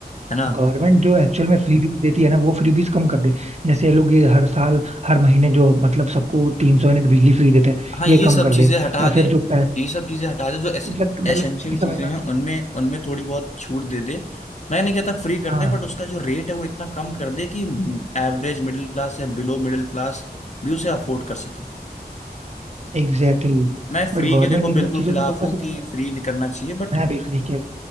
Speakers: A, on the left; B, on the right.
A: है ना
B: गवर्नमेंट जो एक्चुअल में फ्रीबीज देती है ना वो फ्रीबीज कम कर दे जैसे ये लोग ये हर साल हर महीने जो मतलब सबको तीन सौ यूनिट बिजली फ्री देते हैं
A: हाँ ये
B: ये कम
A: सब
B: कर
A: चीजें
B: दे
A: हटा
B: या फिर
A: दें
B: जो पैसे
A: ये सब चीजें हटा दें जो
B: एग्जैक्ट मतलब
A: एसेंशियल
B: ये
A: चीजें
B: सब हटा
A: हैं
B: के
A: उनमें उनमें थोड़ी बहुत छूट दे दे मैं नहीं कहता फ्री कर
B: हाँ
A: दे बट उसका जो रेट है वो इतना कम कर दे कि एवरेज मिडिल क्लास या बिलो मिडिल क्लास भी उसे अफोर्ड कर सके
B: एग्जैक्टली exactly.
A: मैं फ्री
B: बट गवर्नमेंट
A: के देखो
B: इन
A: बिल्कुल
B: सब चीजों
A: खिलाफ
B: पे फोकस
A: हूँ
B: ही
A: कि
B: नहीं करती
A: फ्री नहीं करना चाहिए बट
B: मैं भी फ्री के